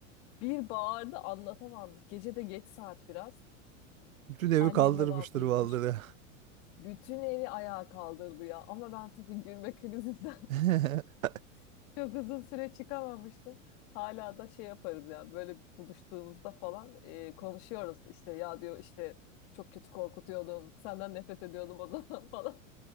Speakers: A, on the left; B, on the right.
A: bir bağırdı anlatamam. Gece de geç saat biraz.
B: Bütün evi
A: Annem
B: kaldırmıştır
A: babam uyumuş.
B: vallahi.
A: Bütün evi ayağa kaldırdı ya. Ama ben tabii gülme krizinden
B: <laughs>
A: <laughs> çok uzun süre çıkamamıştım. Hala da şey yaparız ya böyle buluştuğumuzda falan e, konuşuyoruz. İşte ya diyor işte çok kötü korkutuyordun. Senden nefret ediyordum o zaman <laughs> falan.